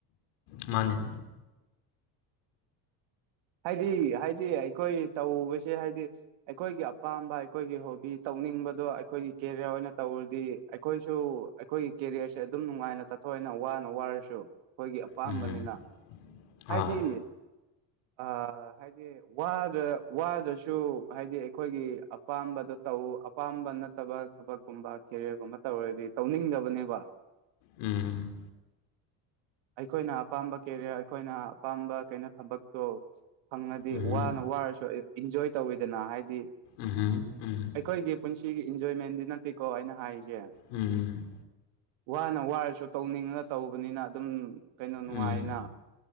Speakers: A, on the left; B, on the right.
A: ꯃꯥꯟꯅꯦ
B: ꯍꯥꯏꯗꯤ ꯍꯥꯏꯗꯤ ꯑꯩꯈꯣꯏ ꯇꯧꯕꯁꯦ ꯍꯥꯏꯗꯤ ꯑꯩꯈꯣꯏꯒꯤ ꯑꯄꯥꯝꯕ ꯑꯩꯈꯣꯏꯒꯤ ꯍꯣꯕꯤ ꯇꯧꯅꯤꯡꯕꯗꯣ ꯑꯩꯈꯣꯏꯒꯤ ꯀꯦꯔꯤꯌꯔ ꯑꯣꯏꯅ ꯇꯧꯔꯗꯤ ꯑꯩꯈꯣꯏꯁꯨ ꯑꯩꯈꯣꯏꯒꯤ ꯀꯦꯔꯤꯌꯔꯁꯦ ꯑꯗꯨꯝ ꯅꯨꯡꯉꯥꯏꯅ ꯆꯠꯊꯣꯛꯑꯦꯅ ꯋꯥꯅ ꯋꯥꯔꯁꯨ ꯈꯣꯏꯒꯤ ꯑꯄꯥꯝꯕꯅꯤꯅ
A: ꯎꯝ ꯍꯣꯏ
B: ꯍꯥꯏꯗꯤ ꯑꯥ ꯍꯥꯏꯗꯤ ꯋꯥꯗ꯭ꯔ ꯋꯥꯗ꯭ꯔꯁꯨ ꯍꯥꯏꯗꯤ ꯑꯩꯈꯣꯏꯒꯤ ꯑꯞ ꯑꯄꯥꯝꯕꯗꯣ ꯇꯧ ꯑꯄꯥꯝꯕ ꯅꯠꯇꯕ ꯊꯕꯛꯀꯨꯝꯕ ꯀꯦꯔꯤꯌꯔꯒꯨꯝꯕ ꯇꯧꯔꯗꯤ ꯇꯧꯅꯤꯡꯗꯕꯅꯦꯕ
A: ꯎꯝ
B: ꯑꯩꯈꯣꯏꯅ ꯑꯄꯥꯝꯕ ꯀꯦꯔꯤꯌꯔ ꯑꯩꯈꯣꯏꯅ ꯑꯄꯥꯝꯕ ꯀꯩꯅꯣ ꯊꯕꯛ ꯇꯣ ꯐꯪꯅꯗꯦ
A: ꯎꯝꯍꯨꯝ
B: ꯋꯥꯅ ꯋꯥꯔꯁꯨ ꯏꯟꯖꯣꯏ ꯇꯧꯋꯤꯗꯅ ꯍꯥꯏꯗꯤ
A: ꯎꯝꯍꯨꯝ ꯎꯝ
B: ꯑꯩꯈꯣꯏꯒꯤ ꯄꯨꯟꯁꯤꯒꯤ ꯏꯟꯖꯣꯏꯃꯦꯟꯗꯤ ꯅꯠꯇꯦꯀꯣ ꯑꯩꯅ ꯍꯥꯏꯔꯤꯖꯦ
A: ꯎꯝ
B: ꯋꯥꯅ ꯋꯥꯔꯁꯨ ꯇꯧꯅꯤꯡꯉꯒ ꯇꯧꯕꯅꯤꯅ ꯑꯗꯨꯝ ꯀꯩꯅꯣ ꯅꯨꯡꯉꯥꯏꯅ
A: ꯎꯝ